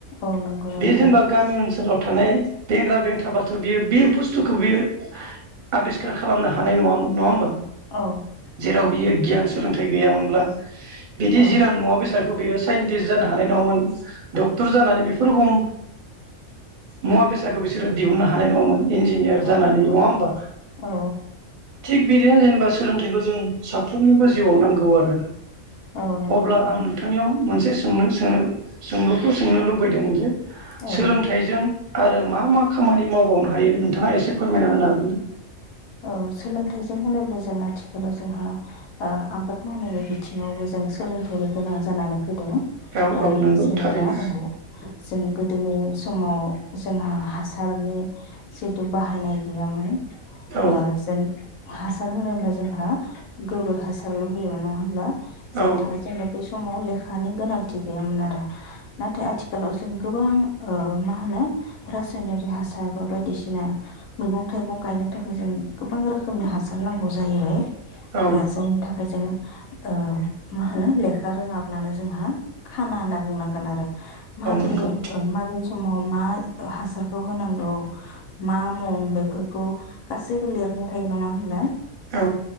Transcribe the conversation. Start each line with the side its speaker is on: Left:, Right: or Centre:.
Left: औ नंगौ नोंथां
Right: बे जेनबा गामि ओनसोलाव थानाय बेंग्रा बेंथाब बाथ बियो बे बुस थुखौ बियो आबिस्कार खालामनो हानाय नङामोन नङा होमबा?
Left: औ
Right: जेराव बियो गियान सोलोंथाइ गैयामोनब्ला बिदि
Left: औ
Right: जिराद मुवा बेसादखौ बियो साइन्टिस जानो हानाय नङामोन डक्टर जानानै बेरोखम मुवा बेसादखौ बिसोरो दिहुननो हानाय नङामोन। इन्जिनियार
Left: औ
Right: जानानै
Left: नंगौ
Right: नङा
Left: नोंथां
Right: होमबा
Left: औ
Right: थिग बिदिनो जेनोबा सोलोंथाइखौ जों साफ्रोमनिबो जिबआव नांगौ आरो
Left: औ नंगौ
Right: अब्ला
Left: नोंथां
Right: आं नोंथांनियाव मोनसे सोंनो सोंलुखौ सोंनो लुबैदों जे
Left: औ
Right: सोलोंथाइजों आरो मा मा खामानि मावबावनो हायो नोंथाङा एसे फोरमायना होनो हागोन ना?
Left: औ सोलोंथाइजों होनोब्ला जों आथिखालाव जोंहा आबाद मावनायनि बिथिङावबो जों सोलोंथाइनि गोनां जानानै फैदों।
Right: हागोन ना औ
Left: ओ
Right: औ नंगौ
Left: जेनेबा
Right: थारैनो
Left: औ जों गोदोनि समाव जोंहा हासारनि जिहेतु बाहायनाय गैयामोन।
Right: औ
Left: ओ जों हासार होनोब्ला जोंहा गोबोर हासारल होयोमोन नङा होमब्ला जायनि
Right: औ
Left: थाखाय जोंनो समाव लेखानि गोनांथि गैयामोन आरो। नाथाय आथिखालाव जों गोबां माहोनो रासायनारि हासार बा बायदिसिना मैगं थाइगं गायनो थाखाय जों गोबां रोखोमनि हासार नांगौ जाहैबाय।
Right: औ
Left: ओ जायनि थाखाय जों ओ मा होनो लेखा रोङाब्लानो जोंहा खाना होनना बुंनांगोन आरो माबे
Right: नंगौ
Left: माबे समाव मा हासारखौ होनांगौ मा मुं बेफोर खौ गासैबो लिरनाय थायो नङा होनब्ला।
Right: औ